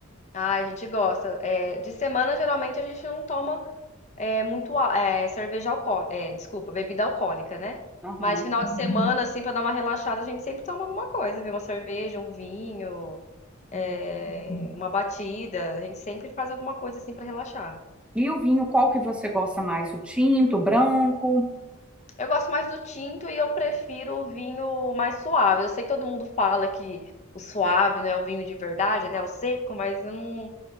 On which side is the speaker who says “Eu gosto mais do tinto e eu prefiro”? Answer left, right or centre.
Left